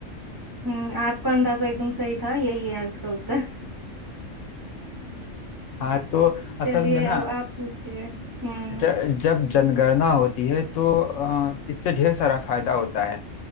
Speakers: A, on the right (about 20°); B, on the left (about 75°).
A: हम्म आपका अंदाजा एकदम सही था यही है आज का उत्तर <laughs>
B: हाँ तो असल
A: चलिए
B: में ना
A: अब आप पूछिए हम्म
B: ज, जब जनगणना होती है तो अ, इससे ढेर सारा फायदा होता है